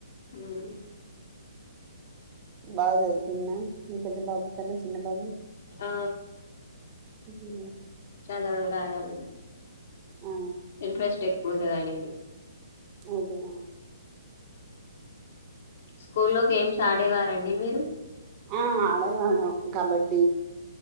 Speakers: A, on the left (about 50°); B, on the right (about 30°).
A: మ్మ్.
B: బాగా చదువుతున్నా మీ పెద్ద బాబు కన్నా చిన్న బాబు.
A: ఆ
B: ఉ
A: చదవడం రాయడం మీద
B: ఆ
A: ఇంట్రెస్ట్ ఎక్కుఉంటది అయనకి
B: అదే <inaudible>
A: స్కూల్ లో గేమ్స్ ఆడేవార అండి మీరు
B: ఆ.. ఆడేవారం కబడ్డ